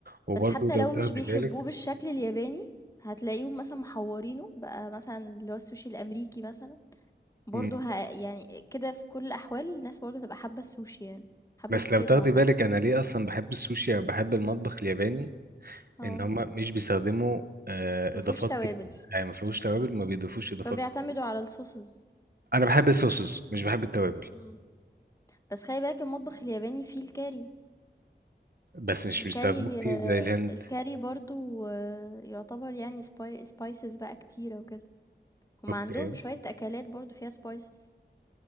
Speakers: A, on the right (about 55°); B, on the left (about 15°).
A: وبرضه
B: بس حتى
A: لو
B: لو
A: تاخدي
B: مش بيحبوه
A: بالك
B: بالشكل الياباني هتلاقيهم مثلا محورينه بقى مثلا اللي هو السوشي الأمريكي مثلا برضه
A: مم.
B: ه... يعني كده في كل الأحوال الناس برضه تبقى حابة السوشي يعني حابة
A: بس
B: فكرته
A: لو تاخدي
B: عامة
A: بالك انا ليه اصلا بحب السوشي او بحب المطبخ الياباني
B: اه
A: ان هم مش بيستخدموا آه،
B: مفهوش
A: اضافات
B: توابل
A: كتير يعني ما فيهوش توابل ما بيضيفوش اضافات
B: بس هو بيعتمدوا على الصوصز
A: انا بحب الصوصز مش بحب التوابل
B: مم. بس خلي بالك المطبخ الياباني فيه الكاري
A: بس مش
B: الكاري
A: بيستخدموا كتير
B: آه،
A: زي الهند
B: الكاري برضو آه، يعتبر يعني سباي... سبايسز بقى كتيرة وكده هما
A: اوكي
B: عندهم شوية أكلات برضو فيها سبايسز